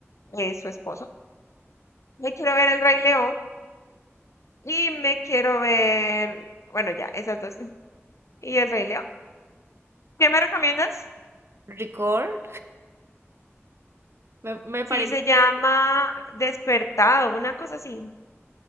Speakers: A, on the left; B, on the right.
A: es su esposo. Me quiero ver El Rey León y me quiero ver, bueno, ya, esas dos. <laughs> Y El Rey León. ¿Qué me recomiendas?
B: ¿Record? Me, me parece
A: Sí, se llama
B: que,
A: Despertado, una cosa así.